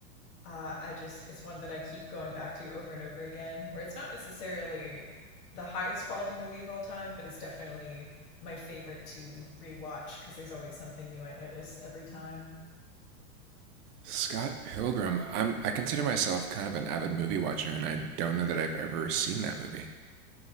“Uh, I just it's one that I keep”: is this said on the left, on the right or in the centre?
Left